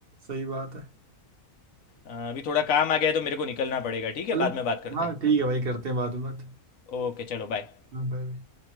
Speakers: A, on the right (about 45°); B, on the left (about 65°).
A: सही बात है
B: हाँ, अभी थोड़ा काम आ गया है तो मेरे को निकलना पड़ेगा ठीक है
A: चलो
B: बाद में बात करते
A: हाँ
B: हैं
A: ठीक है भाई करते हैं बाद में बात
B: ओके चलो बाय
A: हाँ बाय बाय